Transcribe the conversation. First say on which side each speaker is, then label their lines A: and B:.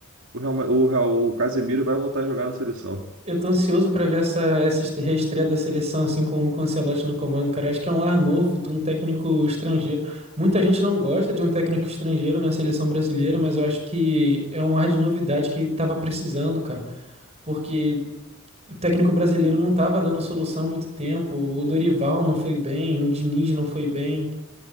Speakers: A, on the right (about 70°); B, on the right (about 30°).
A: o Real, Ma- o Real- o Casemiro vai voltar a jogar na seleção.
B: Eu tô ansioso pra ver essa, essa este- reestreia da seleção, assim, com, com o Ancelotti no comando, cara. Acho que é um ar novo de um técnico estrangeiro. Muita gente não gosta de um técnico estrangeiro na seleção brasileira, mas eu acho que é um ar de novidade que ele tava precisando, cara. Porque o técnico brasileiro não estava dando solução há muito tempo. O Dorival não foi bem, o Diniz não foi bem.